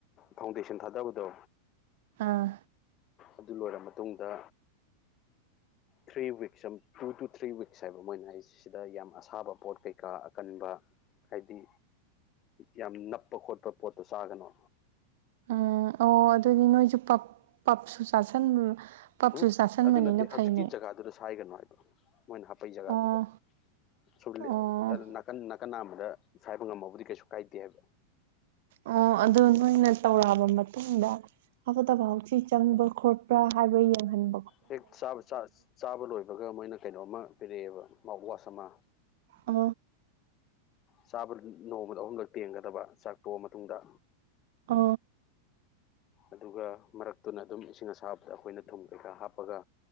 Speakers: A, on the left; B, on the right.
A: ꯐꯥꯎꯟꯗꯦꯁꯟ ꯊꯥꯗꯕꯗꯣ
B: ꯑꯥ
A: ꯑꯗꯨ ꯂꯣꯏꯔ ꯃꯇꯨꯡꯗ ꯊ꯭ꯔꯤ ꯋꯤꯛꯁꯝ ꯇꯨ ꯇꯨ ꯊ꯭ꯔꯤ ꯋꯤꯛꯁ ꯍꯥꯏꯕ ꯃꯣꯏꯅ ꯍꯥꯏꯖꯦ ꯁꯤꯗ ꯌꯥꯝ ꯑꯁꯥꯕ ꯄꯣꯠ ꯀꯩꯀꯥ ꯑꯀꯟꯕ ꯍꯥꯏꯗꯤ ꯌꯥꯝ ꯅꯞꯄ ꯈꯣꯠꯄ ꯄꯣꯠꯇꯣ ꯆꯥꯒꯅꯣ
B: ꯎꯝ ꯑꯣ ꯑꯗꯨꯗꯤ ꯅꯣꯏꯁꯨ ꯄꯞ ꯄꯞꯁꯨ ꯆꯥꯁꯟ ꯄꯞꯁꯨ
A: ꯍꯨꯝ
B: ꯆꯥꯁꯟꯕꯅꯤꯅ
A: ꯑꯗꯨ ꯅꯠꯇꯦ ꯍꯧꯖꯤꯛꯀꯤ
B: ꯐꯩꯅꯦ
A: ꯖꯒꯥꯗꯨꯗ ꯁꯥꯏꯒꯅꯨ ꯍꯥꯏꯕ ꯃꯣꯏꯅ ꯍꯥꯄꯛꯏ ꯖꯒꯥꯗꯨꯗ
B: ꯑꯣ
A: ꯁꯨꯞ
B: ꯑꯣ
A: ꯂꯦ ꯅꯥꯀꯟ ꯅꯥꯀꯟ ꯅꯥꯝꯃꯗ ꯁꯥꯏꯕ ꯉꯝꯃꯧꯒꯗꯤ ꯀꯩꯁꯨ ꯀꯥꯏꯗꯦ ꯍꯥꯏꯕ
B: ꯑꯣ ꯑꯗꯨ ꯅꯣꯏꯅ ꯇꯧꯔꯛꯑꯕ ꯃꯇꯨꯡꯗ ꯑꯐꯠꯇꯕ ꯍꯥꯎꯊꯤ ꯆꯪꯕ ꯈꯣꯠꯄ꯭ꯔꯥ ꯍꯥꯏꯕ ꯌꯦꯡꯍꯟ
A: ꯍꯦꯛ ꯆꯥꯕ ꯆꯥ ꯆꯥꯕ ꯂꯣꯏꯕꯒ ꯃꯣꯏꯅ ꯀꯩꯅꯣꯝꯃ ꯄꯤꯔꯛꯑꯦꯕ ꯃꯥꯎꯠ ꯋꯥꯁ ꯑꯃ
B: ꯑ
A: ꯆꯥꯕ ꯅꯣꯡꯃꯗ ꯑꯍꯨꯝꯂꯛ ꯇꯦꯡꯒꯗꯕ ꯆꯥꯛ ꯇꯣꯛꯑ ꯃꯇꯨꯡꯗ
B: ꯑ
A: ꯑꯗꯨꯒ ꯃꯔꯛꯇꯨꯅ ꯑꯗꯨꯝ ꯏꯁꯤꯡ ꯑꯁꯥꯕꯗ ꯑꯩꯈꯣꯏꯅ ꯊꯨꯝ ꯀꯩꯀꯥ ꯍꯥꯞꯄꯒ